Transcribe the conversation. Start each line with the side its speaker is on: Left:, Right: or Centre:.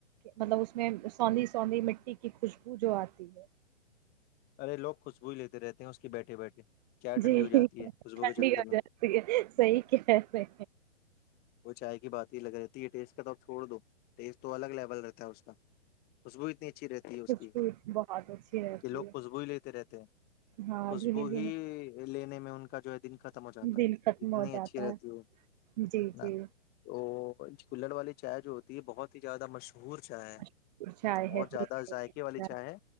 Right: مطلب اس میں سوندھی سوندھی مٹی کی خوشبو جو آتی ہے
Left: ارے لگ خوش بوول لیتے رہتے ہیں اس کی بیٹھے بیٹھے چائے
Right: جی
Left: ٹھنڈی ہو جاتی ہے خوشبو
Right: ٹھنڈی
Left: کے چکر
Right: ہو
Left: میں
Right: جاتی ہے صحیح کیاتے
Left: وہ چائے کی بات ہی لگ رہے تھے یہ ٹیسٹ کا تھا توب تھوڑا دو ٹیسٹ الگ لیول رہ اس کا خوشبو اتنی اچھی رہتی ہے اس
Right: خوشبو
Left: کی
Right: بہت اچھی رہتی
Left: کہ لوگ
Right: ہے
Left: خوشبو ہی لیتے رہتے ہیں
Right: ہاں
Left: خوشبو
Right: دھیمے
Left: ہی
Right: دھیمے
Left: لینے میں ان کے <unintelligible> دن ختم ہو جاتا
Right: دن
Left: ہے
Right: ختم
Left: اتنی
Right: ہو جاتا
Left: اچھی رہتی
Right: ہے
Left: وہ
Right: جی
Left: <unintelligible>
Right: جی
Left: کلڑ والی چائے جو ہوتی ہے بہت ہی زیادہ مشہور چائے ہے
Right: مشہور چائے
Left: بہت
Right: ہے
Left: زیادہ
Right: کل
Left: ذائقے والی چائے ہے